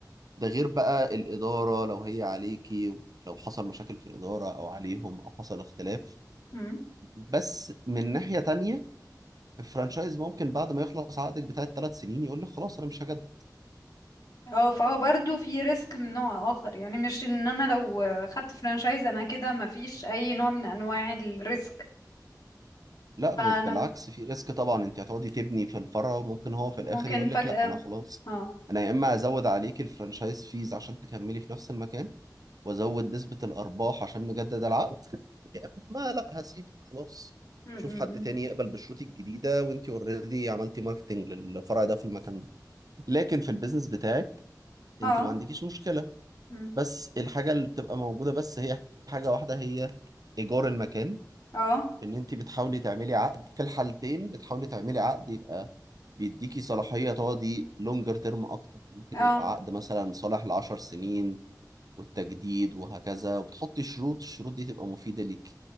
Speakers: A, on the right (about 60°); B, on the left (about 60°).
A: ده غير بقى الإدارة لو هي عليكي لو حصل مشاكل في الإدارة أو عليهم أو حصل اختلاف
B: امم
A: بس من ناحية تانية الفرانشايز ممكن بعد ما يخلص عقدك بتاع الثلاث سنين يقول لك خلاص أنا مش هجدد
B: اه فهو برضو في ريسك من نوع اخر يعني مش ان انا لو خدت فرانشايز انا كده مفيش اي نوع من انواع الريسك
A: لا ب-
B: فانا
A: بالعكس في ريسك طبعا أنت هتقعدي تبني في الفرع وممكن هو في الآخر
B: ممكن
A: يقول
B: فجأة
A: لك لا أنا خلاص
B: اه
A: أنا يا إما هزود عليك الفرانشايز فيز عشان تكملي في نفس المكان وازود نسبة الارباح عشان نجدد العقد يا اما لا هسيب خلاص
B: امم
A: شوف حد تاني يقبل بشروطي الجديدة وانت اوريدي عملتي ماركتنج للفرع ده في المكان ده لكن في البيزنس بتاعك انت
B: اه
A: ما عندكيش مشكلة
B: مم.
A: بس الحاجة اللي بتبقى موجودة بس هي حاجة واحدة هي ايجار المكان
B: اه
A: ان انت بتحاولي تعملي عقد في الحالتين بتحاولي تعملي عقد يبقى بيديكي صلاحية تقعدي لونجر تيرم اكتر ممكن
B: اه
A: يبقى عقد مثلا صالح ل 10 سنين والتجديد وهكذا وبتحطي شروط الشروط دي تبقى مفيدة ليك